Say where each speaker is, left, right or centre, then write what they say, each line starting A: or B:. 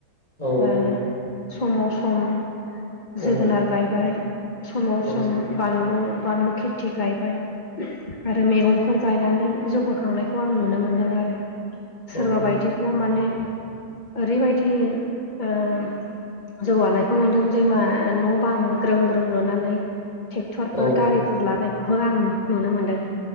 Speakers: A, on the left (about 15°); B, on the left (about 35°).
A: औ
B: दा समाव सम
A: औ
B: जोगोनार गायबाय। समाव
A: औ
B: सम बानलु बानलु खेथि गायबाय आरो मैगंफोर गायनानै जौ बोखांनायखौ आं नुनो मोनदों आरो
A: औ
B: सोरबा बायदिब्ला माने ओरैबायदि ओम जौगानायखौ नुदों जे मा न' बां ग्रोम ग्रोम लुनानै थेख्थरफोर
A: औ
B: गारिफोर लानायखौ आं नुनो मोन्दों।